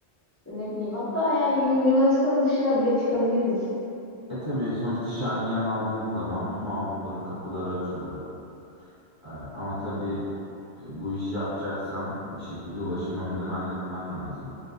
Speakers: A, on the left; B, on the right.
A: İşte ne bileyim hatta yani Yu- Yunanistan'ın dışına bile çıkabiliriz.
B: E tabii sonuçta Schengen aldığın zaman tüm Avrupa'nın kapıları açılıyor. Ee, ama tabii e, bu işi yapacaksan bir şekilde ulaşımı önden halletmen lazım.